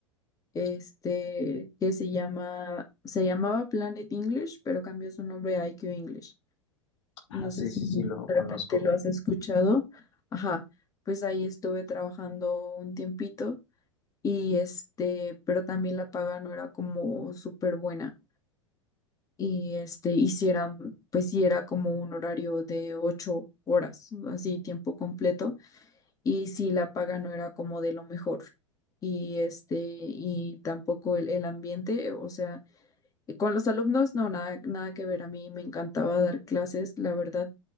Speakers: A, on the left; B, on the left.
A: este, que se llama, se llamaba Planet English, pero cambió su nombre a IQ English.
B: Ah,
A: No sé
B: sí,
A: si
B: sí,
A: de
B: sí, lo conozco.
A: repente lo has escuchado. Ajá, pues ahí estuve trabajando un tiempito y este, pero también la paga no era como súper buena. Y este, hicieran, pues sí era como un horario de ocho horas, así tiempo completo. Y sí, la paga no era como de lo mejor. Y este, y tampoco el el ambiente, o sea, Y Con los alumnos, no, nada, nada que ver. A mí me encantaba dar clases, la verdad,